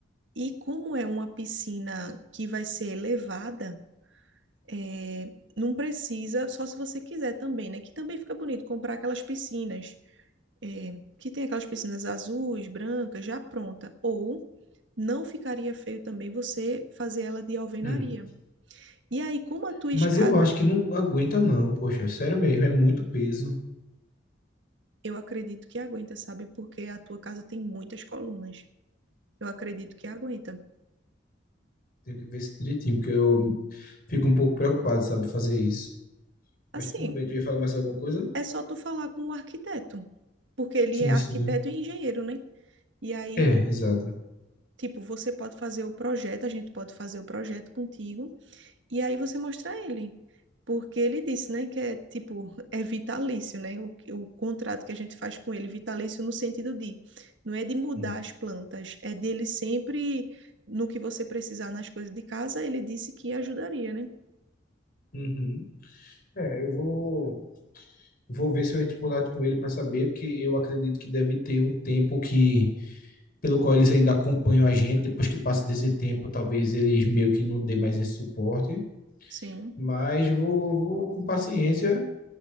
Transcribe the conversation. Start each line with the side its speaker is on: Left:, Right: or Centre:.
Right: E como é uma piscina que vai ser elevada, é, não precisa, só se você quiser também, né? Que também fica bonito comprar aquelas piscinas, é, que tem aquelas piscinas azuis, brancas, já pronta. Ou não ficaria feio também você fazer ela de alvenaria.
Left: hum.
Right: E aí, como a tua
Left: Mas
Right: escada,
Left: eu acho que não aguenta, não, poxa, sério mesmo, é muito peso.
Right: eu acredito que aguenta, sabe? Porque a tua casa tem muitas colunas. Eu acredito que aguenta.
Left: Tenho que ver isso direitinho, porque eu fico um pouco preocupado, sabe, fazer isso.
Right: Assim,
Left: Mas tudo bem, tu ia falar mais alguma coisa?
Right: é só tu falar com o arquiteto, porque ele
Left: Sim,
Right: é arquiteto
Left: sim.
Right: e engenheiro, né? E aí
Left: É, exato.
Right: Tipo, você pode fazer o projeto, a gente pode fazer o projeto contigo, e aí você mostra ele. Porque ele disse, né, que é tipo, é vitalício, né? O, o contrato que a gente faz com ele, vitalício no sentido de, não é de mudar
Left: Hum.
Right: as plantas, é dele sempre, no que você precisar nas coisas de casa, ele disse que ajudaria, né?
Left: Uhum. É, eu vou. Vou ver se eu entro em contato com ele para saber, porque eu acredito que deve ter um tempo que pelo qual eles ainda acompanham a gente. Depois que passa desse tempo, talvez eles meio que não dê mais esse suporte.
Right: Sim,
Left: Mas vou, vou com paciência,